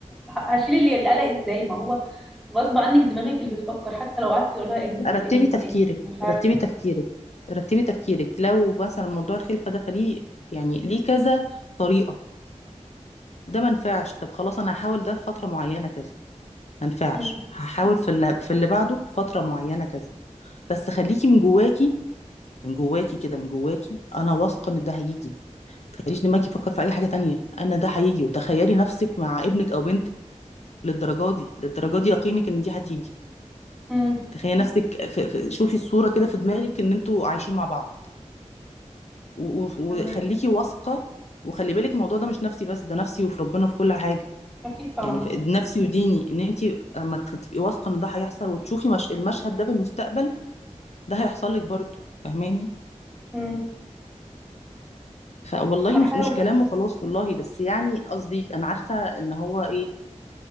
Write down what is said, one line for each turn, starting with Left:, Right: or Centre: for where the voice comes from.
Centre: هشيل اللي القلق ازاي ما هو غصب عنك دماغك اللي بتفكر حتى لو قعدت تقولها اهدي
Left: رتبي
Centre: اهدي
Left: تفكيرك
Centre: اهدي مش عارف
Left: رتبي تفكيرك رتبي تفكيرك لو مثلا موضوع الخلفه ده فليه يعني ليه كذا طريقه ده ما نفعش طب خلاص انا هحاول ده في فتره معينه كذا ما نفعش
Centre: امم
Left: هحاول في اللي في اللي بعده فتره معينه كذا بس خليكي من جواكي من جواكي كده من جواكي انا واثقه ان ده هيجي ما تخليش دماغك يفكر في اي حاجه تانية انا ده هيجي وتخيلي نفسك مع ابنك او بنتك للدرجه دي للدرجه دي يقينك ان دي هتيجي
Centre: امم
Left: تخيلي نفسك في في شوفي الصوره كده في دماغك ان انتوا عايشين مع بعض و- و- وخليكي
Centre: فهمك
Left: واثقه وخلي بالك الموضوع ده مش نفسي بس ده نفسي وفي ربنا في كل حاجه
Centre: اكيد طبعا
Left: يعني في نفسي وديني ان انت اما تخ- تبقي واثقه ان ده هيحصل وتشوفي مش المشهد ده في المستقبل ده هيحصل لك برضه فاهماني
Centre: امم
Left: فوالله
Centre: هحاول
Left: مش مش كلام وخلاص والله بس يعني قصدي انا عارفه ان هو ايه